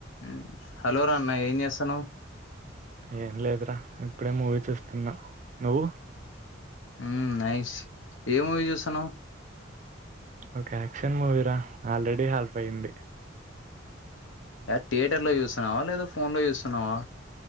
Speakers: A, on the left; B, on the right.
A: ఉమ్ hello రన్నా ఏం జేస్తున్నవ్
B: ఏం లేదురా ఇప్పుడే మూవీ చూస్తున్నా నువ్వు
A: ఉమ్ నైస్ ఏ మూవీ చూస్తున్నావ్
B: ఒక యాక్షన్ మూవీరా ఆల్రెడీ హఫ్ అయింది
A: కాద్ థియేటర్ లో చూస్తున్నావా లేదా ఫోన్ లో చూస్తున్నావా